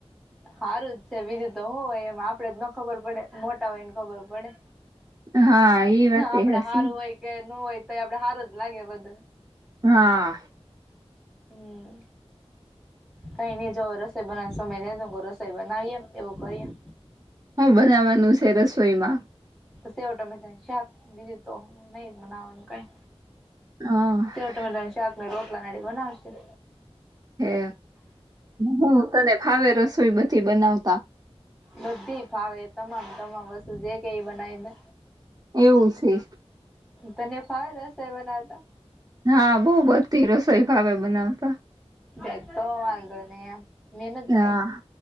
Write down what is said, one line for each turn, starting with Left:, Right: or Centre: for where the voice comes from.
Centre: સારુંજ છે બીજું તો હો હોય એમ આપડેજ ન ખબર પડે મોટા હોય ને ખબર પડે.
Right: હા એ વાત
Centre: હા આપડે
Right: હશે.
Centre: સારું હોય કે ન હોય તો આપડે હારુંજ લાગે બધું.
Right: હા.
Centre: હમ કઈ નહી જરસ બના. સમય થાય તો રસોઈ બનાવીએમ એવું કરીએમ.
Right: હ બનાવાનું છે રસોઈમાં
Centre: સેવ ટમેટા શાક બીજું તો નહી જ બનાવાનું કઈ
Right: હ
Centre: ત ત શાકને રોટલા નાડી બનાવશે
Right: હે હું તને ભાવે રસોઈ બધી બનાવતા
Centre: બધી ફાવે તમામ તમામ વસ્તુ જે કે એ બનાવીને
Right: એવું છે
Centre: તને ફાવેરશેયબનાવતાએ
Right: હા બહ બધી રસોઈ ખાવે બનાવતા
Centre: જઈતો વાંધો નહી એમ મહનત ભાઈ
Right: હા